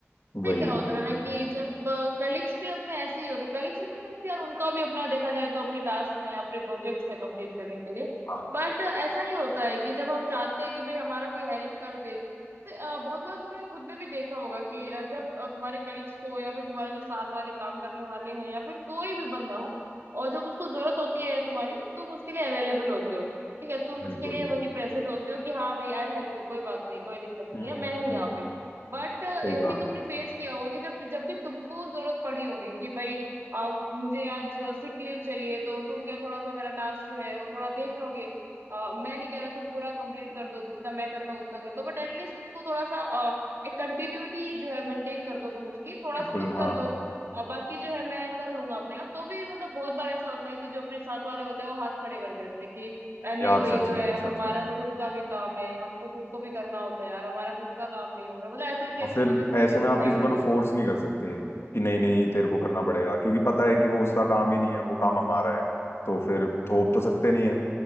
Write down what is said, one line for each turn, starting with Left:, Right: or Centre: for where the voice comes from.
Left: वही
Right: में क्या होता
Left: तो
Right: है ना कि जब कलीग्स भी अपने ऐसे ही होते हैं, कलीग्स इन द सेंस यार उनका भी अपना देखा जाए तो अपने टास्क हैं अपने प्रोजेक्ट्स हैं कंप्लीट करने के लिए
Left: हाँ
Right: बट ऐसा ही होता है कि जब हम चाहते हैं कि भाई हमारा कोई हेल्प कर दे तो, अ, बहुत बार तुमने खुद ने भी देखा होगा कि अ, जब अ, तुम्हारे कलीग्स को या फिर तुम्हारे जो साथ वाले काम करने वाले हैं या फिर कोई भी बंदा हो और जब उसको जरूरत होती है तुम्हारी तो तुम उसके लिए अवेलेबल होते हो ठीक है तुम
Left: बिल्कुल
Right: उसके लिए वही प्रेजेंट होते हो कि हाँ भाई आई हेल्प यू कोई बात नहीं कोई दिक्कत नहीं
Left: हम्म
Right: है मैं हूँ
Left: हम्म
Right: यहाँ पे बट
Left: सही
Right: यही
Left: कहा
Right: तुमने फेस किया होगा कि जब जब भी तुमको जरूरत पड़ी होगी कि भाई अ, मुझे आज सिक लीव चाहिए तो तुम क्या थोड़ा सा मेरा टास्क जो है वो थोड़ा देख लोगे अ, मैं नहीं कह रहा तुम पूरा कंप्लीट कर दो जितना मैं करता हूँ उतना कर दो बट एटलीस्ट उसको थोड़ा सा अ, एक कंटिन्यूटी जो है मेंटेन कर दो तुम उसकी थोड़ा
Left: बिल्कुल
Right: सा तुम
Left: हाँ
Right: कर दो और बाकी जो है मैं कर लूंगा अपने आप तो भी मतलब बहुत बार ऐसा होता है कि जो अपने साथ वाले होते हैं वो हाथ खड़े कर देते हैं कि अरे
Left: यार
Right: नहीं भाई
Left: सच
Right: जो है
Left: में सच
Right: हमारा
Left: में
Right: तो खुद का भी काम है हमको खुद को भी करना होता है यार हमारा खुद का काम नहीं हो रहा मतलब ऐसे ऐसे
Left: और
Right: एक्सक्यूजेस
Left: फिर
Right: देके
Left: ऐसे
Right: वो
Left: में आप
Right: साइड
Left: किसी को
Right: हट
Left: ना
Right: जाते
Left: फोर्स नहीं कर सकते कि नहीं नहीं तेरे को करना पड़ेगा क्योंकि पता है कि वो उसका काम ही नहीं है वो काम हमारा है तो फिर थोप तो सकते नहीं है